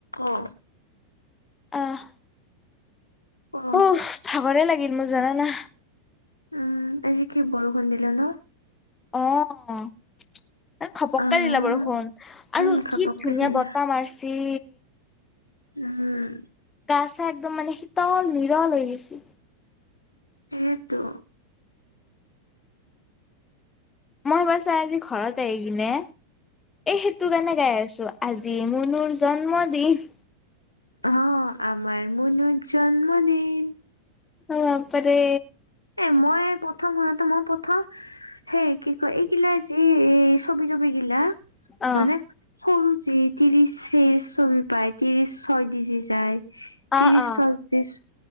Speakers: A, on the left; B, on the left.
A: উম।
B: আহ
A: অ
B: উ ভাগৰে লাগিল মোৰ জানানা।
A: উম আজি কি বৰষুণ দিল ন।
B: অঁ। খপককাই
A: আহ
B: দিলা বাৰু শুন আৰু
A: উম ঘপককে
B: কি ধুনীয়া
A: দিলে
B: বতাহ মাৰছি।
A: উম।
B: গচা একদম মানে শীতল বিৰল হৈ গৈছে।
A: সেইটো
B: মই বছা আজি ঘৰত আহ কিনে। এ সেইটো কাৰণে গাই আছো আজি মুনুৰ জন্ম দিন
A: হ আমাৰ মুনুৰ জন্মদিন
B: অ বাপৰে
A: এ মই প্ৰথম শুনাতে মই প্ৰথম সেই কি কয় এইগিলা যি এই ছবি তবি গিলা
B: অ
A: মানে সৰু যে ত্ৰিশ হে ছবি পাই ত্ৰিশ ছয় ডিজি যায় ত্ৰিশ
B: অ অ
A: ছয়ত্ৰিশ